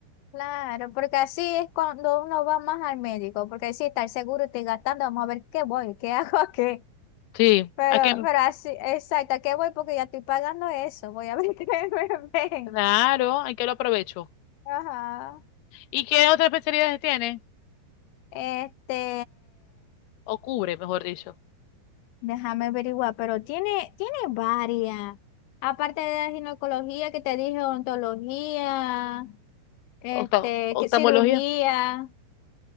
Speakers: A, on the left (about 90°); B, on the left (about 70°).
A: claro, porque así es cuando uno va más al médico, porque si está el seguro, estoy gastando, vamos a ver qué voy, qué <laughs> hago aquí.
B: Sí,
A: Pero,
B: ¿a qué?
A: pero así, exacto, ¿a qué voy? Porque ya estoy pagando eso, voy a ver <laughs> qué me ven.
B: Claro, hay que lo aprovecho.
A: Ajá.
B: ¿Y qué otras especialidades tiene?
A: Este,
B: O cubre, mejor dicho.
A: Déjame averiguar, pero tiene, tiene varias. Aparte de la ginecología que te dije, ontología, este,
B: Octa- oftalmología.
A: que- cirugía,